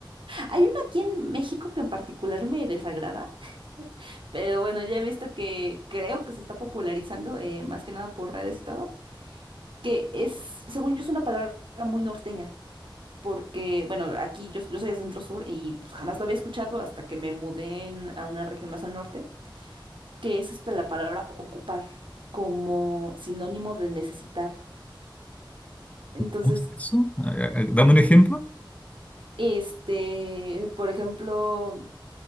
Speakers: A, on the right; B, on the left.
A: Hay uno aquí en México que en particular me desagrada, pero bueno, ya he visto que creo que se está popularizando, eh, más que nada por redes y todo, que es, según yo, es una palabra muy norteña, porque bueno, aquí yo, yo soy de Centro Sur y pues, jamás lo había escuchado hasta que me mudé en- a una región más al norte, que es hasta la palabra ocupar, como sinónimo de necesitar. Entonces,
B: ¿Cómo es eso? A- a- Dame un ejemplo.
A: este, por ejemplo,